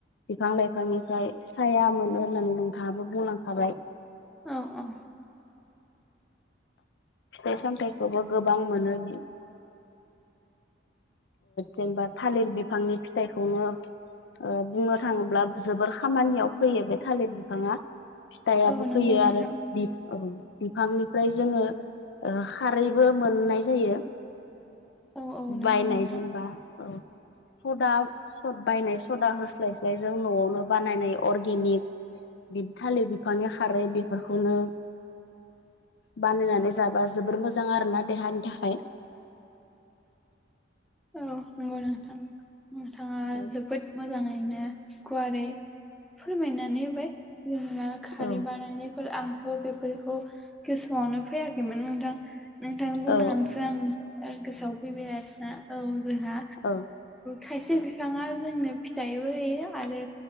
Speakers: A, on the left; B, in the centre.
A: बिफां लाइफांनिफ्राय साया मोनो होननानै नोंथाङाबो बुंलांखाबाय
B: औ औ
A: फिथाइ सामथायाइखौबो गोबां मोनो बि जेनबा थालिर बिफांनि फिथाइखौनो बुंनो थाङोब्ला जोबोर खामानियाव फैयो बे थालिर बिफाङा फिथाइाबो
B: औ नंगौ
A: फैयो
B: नोंथां
A: आरो बि औ बिफांनिफ्राय जोङो खारैबो मोननाय जायो
B: औ औ नंगौ
A: बायनाय
B: नोंथां
A: जेनबा औ सदा स बायनाय सदा होस्लायस्लाय जों न'आवनो बानायनाय अर्गेनिक बि थालिर बिफांनि खारै बेफोरखौनो बानायनानै जाबा जोबोर मोजां आरो ना देहानि थाखाय
B: औ नंगौ नोंथां नोंथाङा
A: औ
B: जोबोद मोजाङैनो गुवारै फोरमायनानै होबाय जा खारै
A: औ
B: बानायानानै फोर आंथ' बेफोरखौ गोसोआवनो फैयाखैमोन नोंथां नोंथांनो बुंनानैसो
A: औ
B: आं गोसोआव फैबाय आरोना औ जोंहा
A: औ
B: खायसे बिफाङा जोंनो फिथाइबो होयो आरो